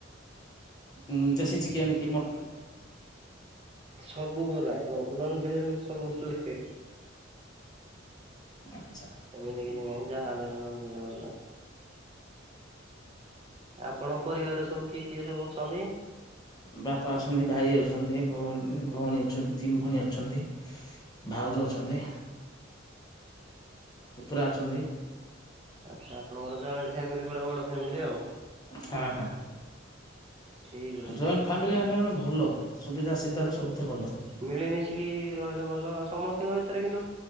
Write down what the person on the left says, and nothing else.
ଉଁ ଦେଶୀ ଚିକେନ୍ କି ମ
ଆଚ୍ଛା।
ବାପା ଅଛନ୍ତି ଭାଇ ଅଛନ୍ତି ଭଉଣୀ- ଭଉଣୀ ଅଛନ୍ତି ତିନି ଭଉଣୀ ଅଛନ୍ତି। ଭାଉଜ ଅଛନ୍ତି ପୁତୁରା ଅଛନ୍ତି।
ହଁ ହଁ
ଜଏଣ୍ଟ ଫାମିଲି
ହେଲେ ମାନେ ଭଲ। ସୁବିଧା ସେଧରେ ସବୁଥିରେ ଭଲ।